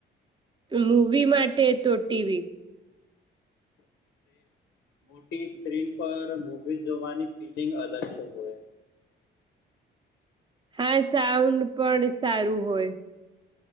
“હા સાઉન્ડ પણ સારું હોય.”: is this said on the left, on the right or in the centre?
Right